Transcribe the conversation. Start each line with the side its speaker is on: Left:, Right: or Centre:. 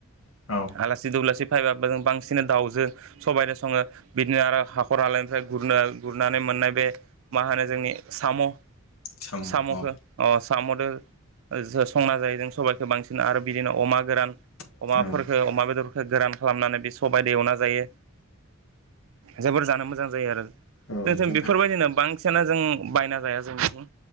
Left: औ औ
Right: आलासि दुलासि फायबाबो जों बांसिन दाउजो सबाइदो सङो बिदिनो आरो हाखर हालाय फ्रा गुरनो गुरनानै मोननाय बे मा होनो जोंनि साम'
Left: साम
Right: साम'खौ
Left: औ
Right: अ साम'दो ओ जो संना जायो जों सबाइखौ बांसिन आरो बिदिनो अमा गोरान
Left: औ
Right: अमाफोरखो
Left: औ
Right: अमा बेदरखो गोरान खालामनानै बे सबायदो एवना जायो। जोबोर जानो मोजां जायो आरो।
Left: औ नोंथां
Right: जों जों बेफोरबायदिनो
Left: थारैनो
Right: बांसिना जों बायना जाया जों